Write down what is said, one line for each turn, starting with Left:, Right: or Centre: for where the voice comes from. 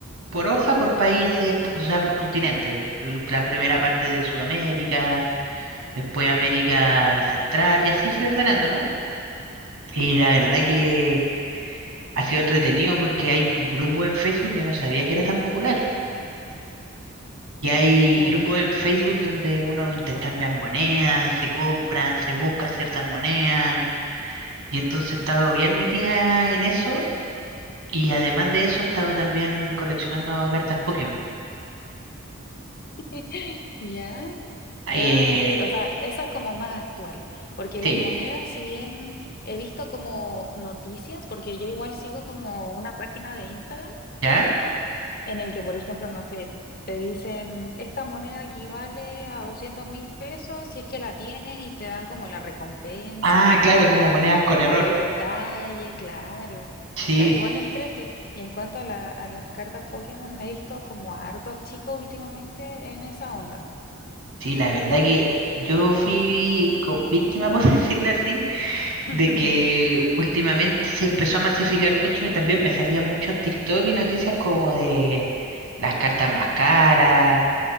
Right: por hoja, por países, o sea, por continente. L- La primera parte de Sudamérica, después América Central, y así fui ordenándola. Y la verdad que Ha sido entretenido porque hay grupos en Facebook, yo no sabía que era tan popular. Y hay
Left: claro.
Right: grupos en Facebook donde uno intercambia monedas, se compran, se buscan ciertas monedas. Y entonces he estado bien metida en eso. Y además de eso, he estado también coleccionando cartas Pokémon.
Left: <laughs> Ya,
Right: Eh,
Left: ya, o sea, eso es como más actual, porque
Right: sí,
Left: las monedas, si bien he visto como noticias, porque yo igual sigo como una página de Instagram.
Right: ¿ya?
Left: en el que, por ejemplo, no sé, te dicen, esta moneda equivale a doscientos mil pesos si es que la tienes y te dan como la recompensa
Right: Ah, claro, como
Left: por,
Right: monedas con error.
Left: por el detalle, claro.
Right: Sí,
Left: Claro, igual entrete. Y en cuanto a, la- a las cartas Pokémon, me he visto como a hartos chicos últimamente en esa onda.
Right: sí, la verdad que yo fui co- víctima, por <laughs> decirlo así
Left: <laughs>
Right: de que últimamente se empezó a masificar mucho y también me salían muchos TikTok y noticias como de las cartas más caras,